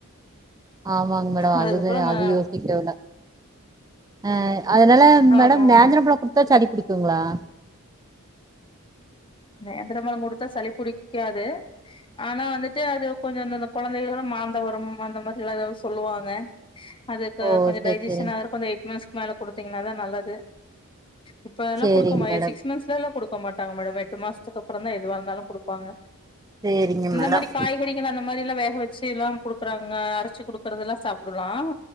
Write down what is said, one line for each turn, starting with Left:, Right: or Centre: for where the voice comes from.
Right: ஆமாங்க மேடம் அது
Left: அதுக்கப்புறோ
Right: தா
Left: அந்த
Right: அது யோசிக்கல அ அதனால மேடம்
Left: ஆமா
Right: நேந்திரம்
Left: ஆமா
Right: பழ குடுத்தா சளி புடிக் கும்ங்களா
Left: நேந்திர பழம் குடுத்தா சளி புடிக்காது ஆனா வந்துட்டு அது கொஞ்சம் இந்தந்த குழந்தைகள் எல்லா மாந்தம் வரும் அந்த மாதிரி எல்லா ஏதாது சொல்லுவாங்க அதுக்கு
Right: ஓ
Left: கொஞ்சம்
Right: சரி
Left: டைஜெஷன்
Right: சரிங்க
Left: ஆகுற கொஞ்சம் <unintelligible> மேல குடுத்தீங்கன்னா தா நல்லது இப்பெல்லா
Right: சரிங்க
Left: குடுக்கமா
Right: மேடம்
Left: சிக்ஸ் மந்த்ஸ்ல எல்லா குடுக் போமாட்டாங்க <unintelligible> டு மாசத்துக்கு அப்றோ தா எதுவா இருந்தாலு குடுப்பாங்க
Right: சரிங்க
Left: இந்த
Right: மேடம்
Left: மாதிரி காய்கறிகள் அந்த இந்த மாரி எல்லா வேக வச்சு எல்லா குடுக்கறாங்க அரைச்சு குடுக்கறதெல்லா சாப்பிடலாம்